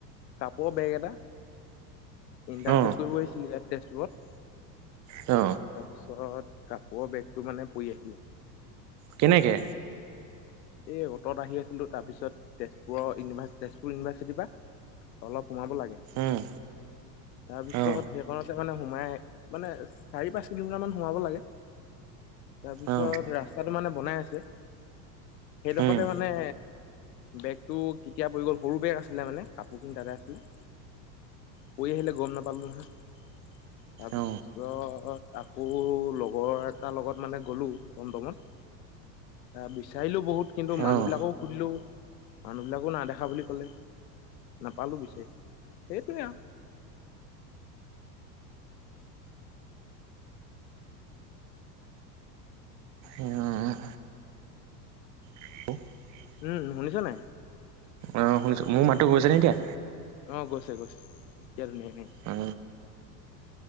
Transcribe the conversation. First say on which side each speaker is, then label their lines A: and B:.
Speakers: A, on the left; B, on the right.
A: কাপোৰৰ বেগ এটা, ইণ্টাৰ্ণশ্বিপ
B: অ
A: কৰিব আহিছিল ইয়াত। তেজপুৰত।
B: অ।
A: তাৰপিছত কাপোৱ বেগটো মানে পৰি আহিলে।
B: কেনেকে?
A: এই অটত আহি আছিলো তাৰপিছত তেজপুৰ ইউনিভাচ তেজপুৰ ইউনিভাৰ্চিটি পা। অলপ সোমাব লাগে।
B: উম
A: তাৰপিছত
B: অ
A: সেইকণতে মানে সোমাই মানে চাৰি পাঁচ কিলোমিটাৰ মান সোমাব লাগে। তাৰপিছত
B: অ
A: ৰাস্তাটো মানে বনাই আছে সেইডখতে
B: উম
A: মানে বেগটো কেতিয়া পৰি গ'ল সৰু বেগ আছিলে মানে কাপোৰখিনি তাতে আছিলে। পৰি আহিলে গম নাপালো লহয়, তাৰপিছ-
B: অ
A: ৰত আকৌ লগৰ এটাৰ লগত মানে গ'লো টমটমত। আহ বিচাৰিলো বহুত কিন্তু মানুহবিলাকো
B: অ অ
A: সুধিলো মানুহবিলাকো না দেখা বুলি ক'লে। নাপালো বিচাৰি সেইটোৱে আও।
B: উম। <unintelligible>
A: উম, শুনিছ নাই?
B: অ শুনিছো। মোৰ মাতো গৈছে নে এতিয়া?
A: অ গৈছে গৈছে এতিয়া ধুনীয়া <unintelligible>
B: অ।